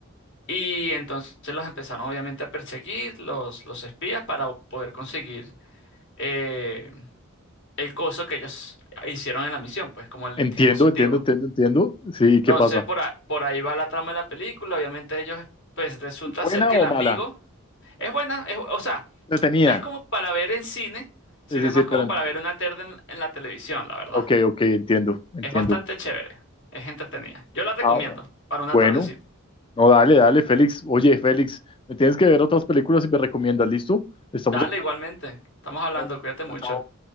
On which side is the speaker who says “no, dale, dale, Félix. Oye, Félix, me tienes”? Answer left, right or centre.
Left